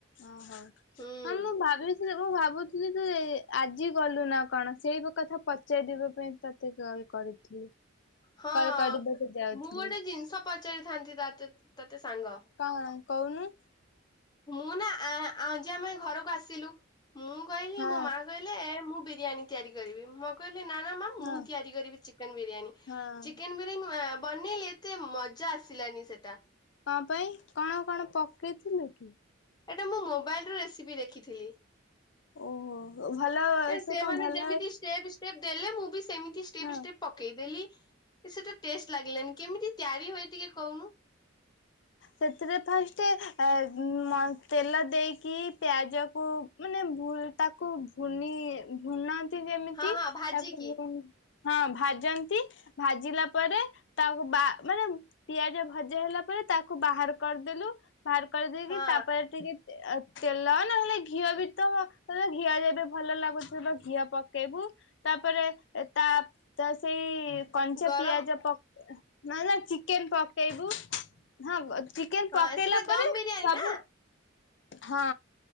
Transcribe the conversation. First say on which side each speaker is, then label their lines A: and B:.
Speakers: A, on the left; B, on the left.
A: ଓହୋ
B: ହୁଁ।
A: ହ ମୁଁ ଭାବି ଥିଲି ମୁଁ ଭାବୁଥିଲି ଯେ ଆଜି ଗଲୁ ନା କଣ ସେଇ କଥା ପଚାରିବା ପାଇଁ ତତେ କଲ୍ କରିଥିଲି।
B: ହଁ
A: କଲ୍ କରିବାକୁ ଯାଉଥିଲି
B: ମୁଁ ଗୋଟେ ଜିନିଷ ପଚାରିଥାନ୍ତି ତତେ ତ ତତେ ସାଙ୍ଗ।
A: କଣ କହୁନୁ।
B: ମୁଁ ନା ଆଁ ଆଁ ଆଜି ଆମେ ଘରକୁ ଆସିଲୁ ମୁଁ କହିଲି
A: ହଁ
B: ମୋ ମା କହି ଲେ ମୁଁ ବିରିୟାନୀ ତିଆରି କରିବି ମଁ କହିଲି ନା ନା ମା
A: ହଁ।
B: ମୁଁ ତିଆରି କରିବି ଚିକେନ ବିରିୟାନୀ
A: ହଁ
B: ଚିକେନ ବିରି ଆନି ଉଁ ବନେଇଲି ଏତେ ମଜା ଆସିଲାନି ସେଟା।
A: କ ପାଇଁ କଣ କଣ ପକେଇଥିଲୁ କି?
B: ଏଇଟା ମୁଁ ମୋବାଇଲରେ ରେସିପି ଦେଖିଥିଲି।
A: ଓହୋ ଭଲ
B: ଏ
A: ସେ
B: ସେମାନେ
A: କଣ ଭଲ
B: ଯେମିତି ଷ୍ଟେପ୍ ପ ଦେଲେ ମୁଁ ବି ସେମିତି ଷ୍ଟେପ୍
A: ହଁ।
B: ଷ୍ଟେପ୍ ପକେଇଦେଲି। ଏ ସେଟା ଟେଷ୍ଟ ଲାଗିଲାନି କେମିତି ତ୍ୟାରି ହୁଏ ଟିକେ କହୁନୁ।
A: ସେଥିରେ ଫାଷ୍ଟ ଏ ମ ତେଲ ଦେଇକି ପିଆଜକୁ ମାନେ ଭୁଲ୍ ତାକୁ ଭୁନି ଭୁନାନ୍ତି ଯେମିତି
B: ହଁ ହଁ ଭାଜିକି
A: ତାକୁ ହଁ ଭାଜନ୍ତି। ଭାଜିଲା ପରେ ତାକୁ ବା ମାନେ ପିଆଜା ଭଜା ହେଲା ପରେ ତା ତାକୁ ବାହାର କରିଦେଲୁ ବାହାର କରିଦେଇକି
B: ହଁ
A: ତାପରେ ଟିକେ ତେଲ ନା ହେଲେ ଘିଅ ବି ତ ଘିଅ ଯେବେ ଭଲ ଲାଗୁଥିବ ତ ଘିଅ ପକେଇବୁ ତାପରେ ତା ସେଇ କଞ୍ଚା
B: ଗରମ
A: ପିଆଜ ପ ନା ନା ଚିକେନ ପକେଇବୁ। ହଁ ଚିକେନ
B: ହଁ
A: ପକେଇଲା
B: ସେଟା ଦମ
A: ପରେ
B: ବିରିୟାନୀ
A: ସବୁ
B: ନା
A: ହଁ